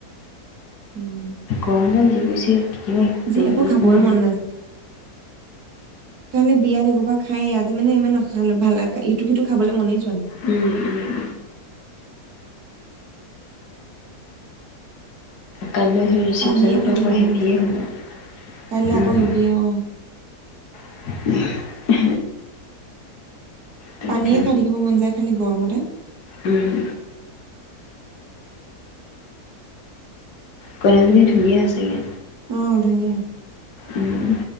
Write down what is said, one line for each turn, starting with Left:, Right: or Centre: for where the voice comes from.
Right: উম
Left: গৰম দাল যি পৰিছে কি ম
Right: যি একো খাবই
Left: ঘুমন
Right: মন কে বিয়াত একোবা খাই আজি মানে ইমানাল ভাল ইটো সিটো খাবলৈ মনেই যোৱ ন
Left: উম উম কাইলৈ সেই ৰিচিপশ্যনত
Right: পানীয়ে খাই
Left: ল
Right: থাকিব
Left: মোৱা হেভিয়ে
Right: মন যায়
Left: হ'ব
Right: কাইলৈ আকৌ হেবি অ
Left: উ তাকে
Right: পানীয়ে খাই থাকিব মন যায় খালি গৰমতে
Left: উম ক ধুনিয়ীয়া আছেগে
Right: আহ ধুনীয়া
Left: উম